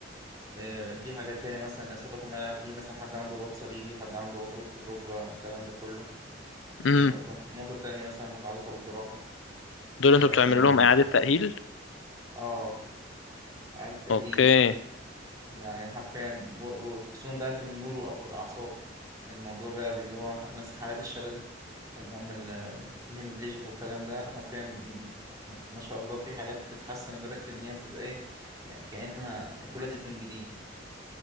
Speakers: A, on the right; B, on the left.
A: آه، في حاجات تانية مثلا إصابات الملاعب دي مثلا حد عنده رباط صليبي حد عنده غضروف في الركبة الكلام ده كله دي
B: امم
A: نقطة النقطة التانية مثلا متعلقة بالجراحة
B: دول
A: آه
B: انتوا بتعملوا لهم اعادة تأهيل
A: آه، إعادة تأهيل
B: اوكي
A: يعني حرفيا و- وخصوصا بقى في النيورو أو في الأعصاب الموضوع بقى اللي هو ناس حالات الشلل اللي هم ال- الهemiplegic والكلام ده حرفيا م- ما شاء الله في حالات بتتحسن لدرجة إن هي بتبقى إيه يعني كأنها اتولدت من جديد